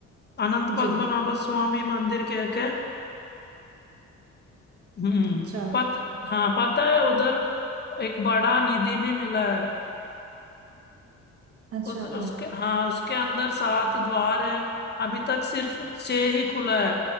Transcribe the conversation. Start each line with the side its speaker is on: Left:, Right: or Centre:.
Left: अनंत पद्मनाभ
Right: जी
Left: स्वामी मंदिर कह के हम्म
Right: अच्छा
Left: पत हाँ पता है उधर एक बड़ा निधि भी मिला है
Right: अच्छा
Left: उस, उसके हाँ उसके अंदर सात द्वार है अभी तक सिर्फ छह ही खुला है